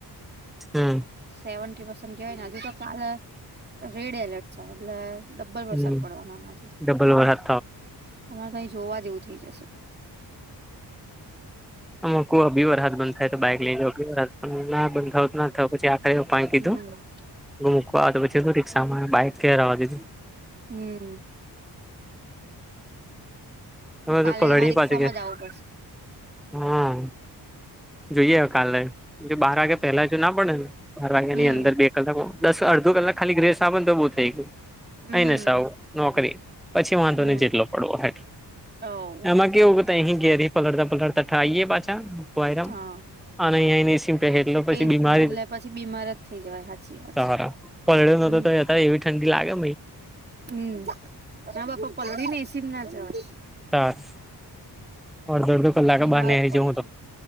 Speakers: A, in the centre; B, on the right (about 25°).
A: હમ.
B: સેવી પસ કેવાય ને હજુ તો કાલે રેડ એલર્ટ છે એટલે. ડબ્બલ વરસાદ
A: હમ
B: પડવાનો નથી
A: ડબલ વરસાદ
B: અમારે અહી જોવા જેવું થઈ જશે.
A: હ અ ક અબી વાર હાથ બંધ થાય તો બાઈક લઈ જા અી વાર હાથ. ના બંધ થ ના થયો પછી આખરે પા કીધું
B: હમ
A: મૂકવા તો પછી રિક્ષા માં બાઈક. કે રેવા દીધી
B: હમ.
A: હ
B: કાલે
A: તો પલડી
B: તમારે રિક્ષામાં
A: પાજ ગ.
B: જ આવવું પડશે
A: હા જોઈએ કાલે બાર વાગે પહેલા જ. ના પડેને બાર વાગ્યા
B: હમ
A: ની અંદર બે કલાક દસ અડધો કલાક ખાલી ગ્રેસ ના તો બહુ થઈ ગયું.
B: હમ
A: અહીને સાવું નોકરી પછી વાંધો
B: હમ
A: ને જેટલો પડવો હોય એટલો
B: ઓ
A: એમાં કેવું અહી ઘે ર પલળતા પલળતા ઠાઈએ પાછા ભોયરા.
B: હા
A: અને અહી આઇ એસી એટલો પછી
B: એસીમાં
A: બીમારી
B: એટલે પછી બીમાર જ થઈ જવાય સાચી વાત
A: સારા પલ્યો નતો
B: હમ
A: તો. હવે એવી ઠંડી લાગે
B: હમ હ બાપા પલળીને એસીમ ના જવાનું.
A: તાર અડધો અડધો કલાક
B: બીમાર
A: બાને આવી
B: પડે
A: જ હું તો.